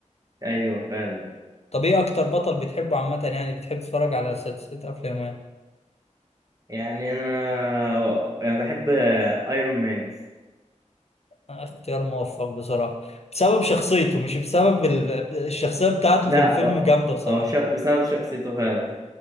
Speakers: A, on the right; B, on the left.
A: ايوه فعلا
B: طب إيه أكتر بطل بتحبه عامة يعني بتحب تتفرج على سلسلة أفلامه يعني؟
A: يعني انا انا بحب ايرون مان
B: أنا اختيار موفق بصراحة بسبب شخصيته مش بسبب ال... الشخصية بتاعته
A: لا
B: في الفيلم
A: أو...
B: جامدة بصراحة
A: أو ش... بسبب شخصيته فعلا